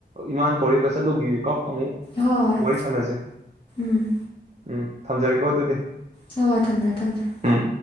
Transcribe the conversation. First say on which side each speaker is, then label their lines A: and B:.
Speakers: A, on the right; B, on the left.
A: ꯏꯃꯥꯟ ꯀꯧꯔꯦ ꯑꯃꯨꯛꯇ ꯆꯠꯂꯨꯈꯤꯒꯦ ꯀꯣ ꯑꯃꯨꯛ
B: ꯍꯣꯏ ꯍꯣꯏ
A: ꯋꯥꯔꯤ ꯁꯥꯟꯅꯁꯦ
B: ꯎꯝ
A: ꯎꯝ ꯊꯝꯖꯔꯦꯀꯣ ꯑꯗꯨꯗꯤ
B: ꯍꯣꯏ ꯍꯣꯏ ꯊꯝꯖꯔꯦ ꯊꯝꯖꯔꯦ
A: ꯎꯝ